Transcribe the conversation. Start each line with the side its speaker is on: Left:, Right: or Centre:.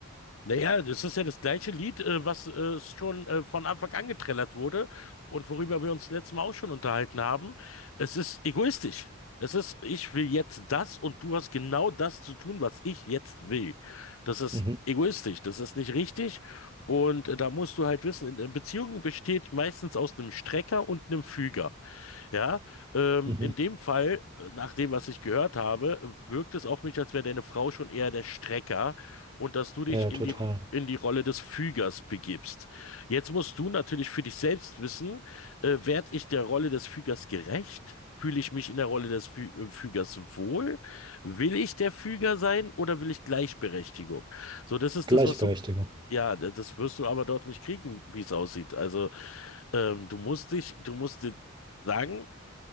Left: Naja, das ist ja das gleiche Lied, äh, was äh, schon äh, von Anfang an getrellert wurde und worüber wir uns letztes Mal auch schon unterhalten haben. Es ist egoistisch. Es ist, ich will jetzt das und du hast genau das zu tun, was ich jetzt will. Das ist
Right: Mhm.
Left: egoistisch, das ist nicht richtig. Und äh, da musst du halt wissen, in- eine Beziehung besteht meistens aus einem Strecker und einem Füger. Ja, ähm,
Right: Mhm.
Left: in dem Fall, äh, nach dem, was ich gehört habe, äh, wirkt es auf mich, als wäre deine Frau schon eher der Strecker und dass du dich
Right: Ja, ja,
Left: in
Right: total.
Left: die, R- in die Rolle des Fügers begibst. Jetzt musst du natürlich für dich selbst wissen, äh, werde ich der Rolle des Fügers gerecht? Fühle ich mich in der Rolle des Fü äh, Fügers wohl? Will ich der Füger sein oder will ich Gleichberechtigung? So, das ist
Right: Gleichberechtigung.
Left: das, was du, ja, d- das wirst du aber dort nicht kriegen, wie es aussieht. Also, ähm, du musst dich, du musst dir sagen,